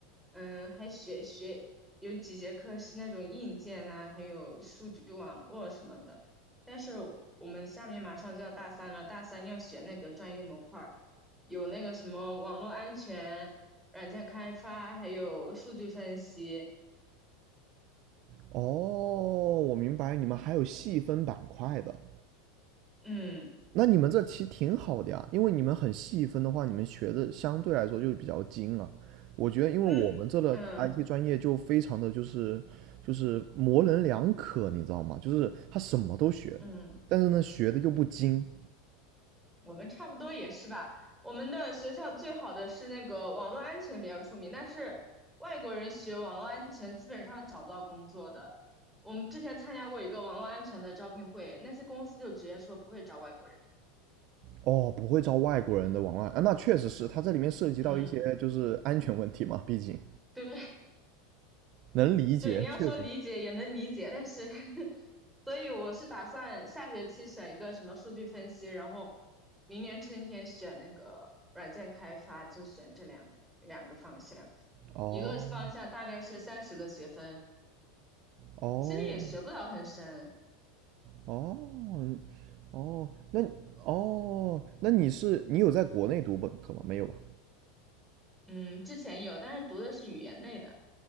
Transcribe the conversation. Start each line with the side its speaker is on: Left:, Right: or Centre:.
Centre: 嗯，还学学有几节课是那种硬件啊，还有数据网络什么的。但是我们下面马上就要大三了，大三要选那个专业模块儿，有那个什么网络安全、软件开发，还有数据分析。
Right: 哦，我明白，你们还有细分板块的，
Centre: 嗯
Right: 那你们这其实挺好的呀，因为你们很细分的话，你们学的相对来说就比较精啊。我觉得，因为我们这的
Centre: 嗯嗯
Right: IT 专业就非常的就是就是模棱两可，你知道吗？就是他什么都学，
Centre: 嗯。
Right: 但是呢学的又不精，
Centre: 我们差不多也是吧。我们的学校最好的是那个网络安全比较出名，但是外国人学网络安全基本上找不到工作的。我们之前参加过一个网络安全的招聘会，那些公司就直接说不会招外国人。
Right: 哦，不会招外国人的往外啊，那确实是，它这里面涉及到一些就是安全问题嘛，
Centre: 嗯，
Right: 毕竟
Centre: 对，
Right: 能理解。
Centre: 对，你要说理解也能理解，
Right: 确
Centre: 但是，<laughs> 所以我是打算下学期选一个什么数据分析，然后明年春天选那个软件开发，就选这两两个方向。
Right: 哦
Centre: 一个方向大概是三十个学分，
Right: 哦
Centre: 其实也学不到很深。
Right: 哦嗯哦，那哦，那你是你有在国内读本科吗？没有吧？
Centre: 嗯，之前有，但是读的是语言类的。